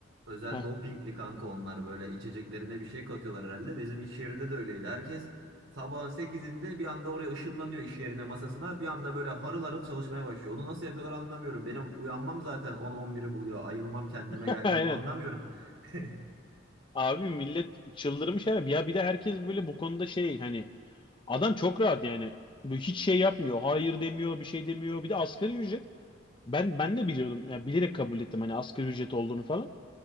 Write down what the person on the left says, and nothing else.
Heh,
<laughs>
aynen.
Abi millet çıldırmış herhalde. Ya bir de herkes böyle bu konuda şey hani adam çok rahat yani. Böyle hiç şey yapmıyor. Hayır demiyor, bir şey demiyor. Bir de asgari ücret. Ben ben de biliyordum. Ya bilerek kabul ettim hani asgari ücret olduğunu falan.